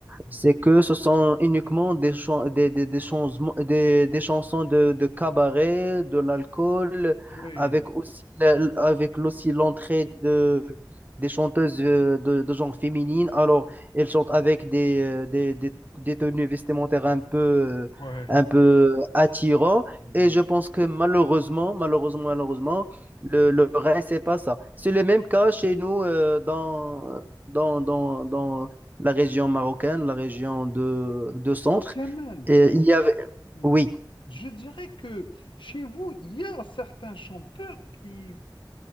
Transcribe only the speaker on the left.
mhm,
mhm,
Oui.
Ouais.
ouais.
Kamel.
Hmm.
Je dirais que chez vous, il y a certains chanteurs qui,